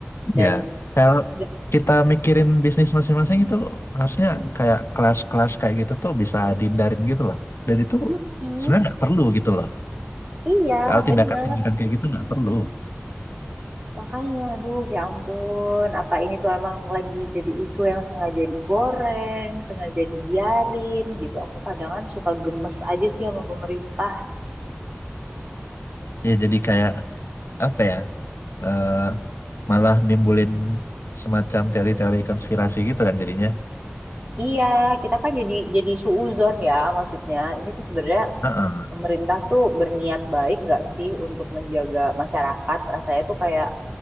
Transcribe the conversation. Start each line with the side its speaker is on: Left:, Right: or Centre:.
Right: Dan
Left: Ya, kalau
Right: nggak-
Left: kita mikirin bisnis masing-masing itu harusnya kayak kelas-kelas kayak gitu tuh bisa dihindarin gitu lah. Dan itu
Right: Mm-mm.
Left: sebenarnya nggak perlu gitu loh.
Right: Iya,
Left: Kalau
Right: bener.
Left: tindakan-tindakan kayak gitu nggak perlu.
Right: Makanya, aduh ya ampun, apa ini tuh emang lagi jadi isu yang sengaja digoreng, sengaja dibiarin gitu. Aku kadang suka gemes aja sih sama pemerintah.
Left: Ya jadi kayak apa ya? eh, malah nimbulin semacam teori-teori konspirasi gitu kan jadinya.
Right: Iya, kita kan jadi jadi suuzon ya maksudnya. Ini tuh sebenarnya
Left: Heeh.
Right: pemerintah tuh berniat baik nggak sih untuk menjaga masyarakat? Rasanya tuh kayak